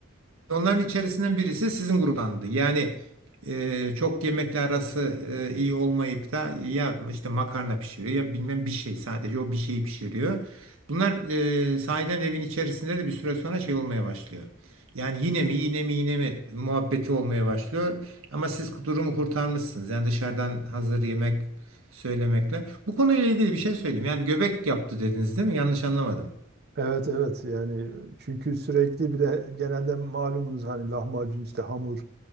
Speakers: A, on the right (about 80°); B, on the right (about 50°).
A: Onların içerisinden birisi sizin gruptandı. Yani e, çok yemekle arası e, iyi olmayıp da ya işte makarna pişiriyor ya bilmem bir şey sadece o bir şeyi pişiriyor. Bunlar e, sahiden evin içerisinde de bir süre sonra şey olmaya başlıyor. Yani yine mi yine mi yine mi muhabbeti olmaya başlıyor. Ama siz durumu kurtarmışsınız. Yani dışarıdan hazır yemek söylemekle. Bu konuyla ilgili bir şey söyleyeyim. Yani göbek yaptı dediniz değil mi? Yanlış anlamadım.
B: Evet evet yani çünkü sürekli bir de genelde malumunuz hani lahmacun işte hamur